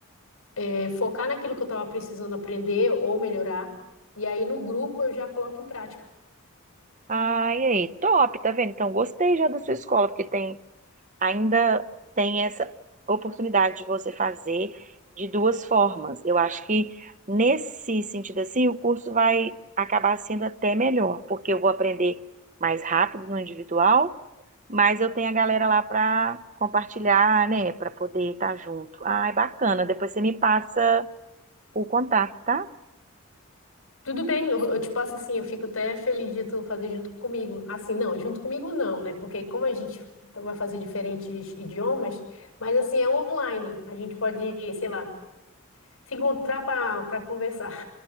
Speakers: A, on the left; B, on the right.
A: é, focar naquilo que eu estava precisando aprender ou melhorar. E aí no grupo eu já coloco em prática.
B: Ah, e aí? Top, tá vendo? Então gostei já da sua escola, porque tem ainda tem essa oportunidade de você fazer de duas formas. Eu acho que nesse sentido assim, o curso vai acabar sendo até melhor, porque eu vou aprender mais rápido no individual, mas eu tenho a galera lá para compartilhar, né, para poder estar junto. Ai, bacana. Depois você me passa o contato, tá?
A: Tudo bem, eu, eu te passo assim, eu fico até feliz de tu fazer junto comigo. Assim, não, junto comigo não, né? Porque como a gente vai fazer diferentes idiomas, mas assim, é online. A gente pode, sei lá, se encontrar para para conversar.